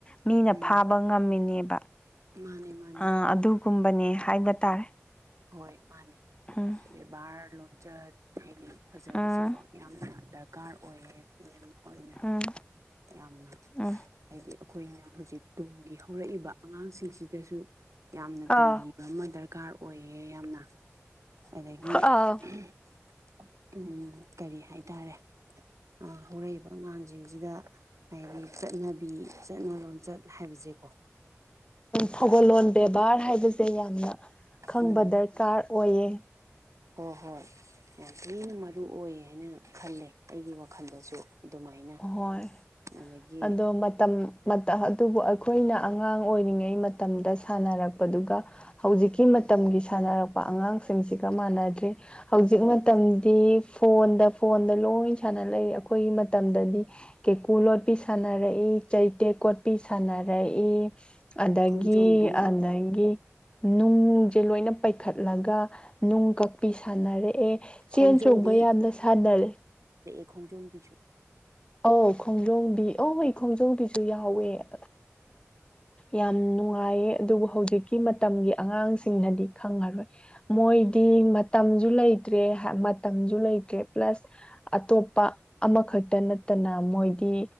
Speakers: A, on the left; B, on the right.
A: ꯃꯤꯅ
B: ꯎꯝ
A: ꯐꯥꯕ ꯉꯝꯃꯤꯅꯦꯕ
B: ꯃꯥꯅꯦ ꯃꯥꯅꯦ
A: ꯑꯥ ꯑꯗꯨꯒꯨꯝꯕꯅꯦ ꯍꯥꯏꯕ ꯇꯥꯔꯦ
B: ꯍꯣꯏ ꯃꯥꯅꯦ
A: ꯎꯝ
B: ꯕꯦꯕꯥꯔ ꯂꯣꯟꯆꯟ ꯍꯥꯏꯗꯤ ꯐꯖꯕꯕꯁꯤꯦꯀꯣ
A: ꯎꯝ
B: ꯌꯥꯝꯅ ꯗꯔꯀꯥꯔ ꯑꯣꯏꯌꯦ ꯃꯤ ꯑꯣꯏꯅ
A: ꯎꯝ
B: ꯌꯥꯝꯅ
A: ꯎꯝ
B: ꯍꯥꯏꯗꯤ ꯑꯩꯈꯣꯏꯅ ꯍꯧꯖꯤꯛ ꯇꯨꯡꯒꯤ ꯍꯧꯔꯛꯏꯕ ꯑꯉꯥꯡꯁꯤꯡꯁꯤꯗꯁꯨ ꯌꯥꯝꯅ
A: ꯑ
B: ꯇꯝꯕꯤꯕ ꯑꯃ ꯗꯔꯀꯥꯔ ꯑꯣꯏꯌꯦ ꯌꯥꯝꯅ ꯑꯗꯒꯤ
A: ꯑ
B: ꯍꯡ ꯎꯝ ꯀꯔꯤ ꯍꯥꯏꯇꯥꯔꯦ ꯑꯥ ꯍꯧꯔꯛꯏꯕ ꯑꯉꯥꯡꯁꯤꯡꯁꯤꯗ ꯍꯥꯏꯗꯤ ꯆꯠꯅꯕꯤ ꯆꯠꯅ ꯂꯣꯟꯆꯠ ꯍꯥꯏꯕꯁꯦ
A: ꯊꯧꯒꯜꯂꯣꯟ ꯕꯦꯕꯥꯔ ꯍꯥꯏꯕꯁꯦ ꯌꯥꯝꯅ ꯈꯪꯕ
B: ꯎꯝ
A: ꯗꯔꯀꯥꯔ ꯑꯣꯏꯌꯦ
B: ꯍꯣꯏ ꯍꯣꯏ ꯌꯥꯝ ꯊꯤꯅ ꯃꯔꯨ ꯑꯣꯏ ꯍꯥꯏꯅ ꯈꯜꯂꯦ ꯑꯩꯒꯤ ꯋꯥꯈꯜꯗꯁꯨ ꯑꯗꯨꯃꯥꯏꯅ
A: ꯍꯣꯏ
B: ꯑꯗꯒꯤ
A: ꯑꯗꯣ ꯃꯇꯝ ꯃꯇꯝ ꯑꯗꯨꯕꯨ ꯑꯩꯈꯣꯏꯅ ꯑꯉꯥꯡ ꯑꯣꯏꯔꯤꯉꯩ ꯃꯇꯝꯗ ꯁꯥꯟꯅꯔꯛ ꯗꯨꯒ ꯍꯧꯖꯤꯛꯀꯤ ꯃꯇꯝꯒꯤ ꯁꯥꯟꯅꯔꯛꯄ ꯑꯉꯥꯡꯁꯤꯡ ꯁꯤꯡꯁꯤꯒ ꯃꯥꯟꯅꯗ꯭ꯔꯔꯦ ꯍꯧꯖꯤꯛ
B: ꯎꯝ
A: ꯃꯇꯝꯗꯤ ꯐꯣꯟꯗ ꯐꯣꯟꯗ ꯂꯣꯏ ꯁꯥꯟꯅ ꯂꯩꯦ ꯑꯩ ꯃꯇꯝꯗꯗꯤ ꯀꯦꯀꯨ ꯂꯣꯠꯄꯤ ꯁꯥꯟꯅꯔꯛꯏ ꯆꯩꯇꯦꯛ ꯀꯣꯠꯄꯤ ꯁꯥꯟꯅꯔꯛꯏ ꯑꯗꯒꯤ
B: ꯈꯣꯡꯖꯣꯝꯕꯤ
A: ꯑꯗꯒꯤ ꯅꯨꯡꯁꯦ ꯂꯣꯏꯅ ꯄꯩꯈꯠꯂꯒ ꯅꯨꯡ ꯀꯛꯄꯤ ꯁꯥꯟꯅꯔꯦ ꯑꯦ ꯆꯦꯟ
B: ꯈꯣꯡꯖꯣꯝꯕꯤ
A: ꯆꯣꯡꯕ ꯌꯥꯝꯅ ꯁꯥꯟꯅꯔꯦ
B: ꯈꯣꯡꯖꯣꯝꯕꯤꯖꯨ
A: ꯑꯧ ꯈꯣꯡꯖꯣꯝꯕꯤ ꯑꯣꯏ ꯈꯣꯡꯖꯣꯝꯕꯤꯁꯨ ꯌꯥꯎꯋꯦ ꯑ
B: <inaudible>
A: ꯌꯥꯝ ꯅꯨꯡꯉꯥꯏꯌꯦ ꯑꯗꯨꯕꯨ ꯍꯧꯖꯤꯛꯀꯤ ꯃꯇꯝꯒꯤ ꯑꯉꯥꯡꯁꯤꯡꯅꯗꯤ ꯈꯪꯉꯔꯣꯏ ꯃꯣꯏꯗꯤ ꯗꯤ ꯃꯇꯝꯖꯨ ꯂꯩꯇ꯭ꯔꯦ ꯍ ꯃꯇꯝꯖꯨ ꯂꯩꯇ꯭ꯔꯦ ꯄ꯭ꯂꯁ ꯑꯇꯣꯞꯄ ꯑꯃꯈꯛ ꯇ ꯅꯠꯇꯅ ꯃꯣꯏꯗꯤ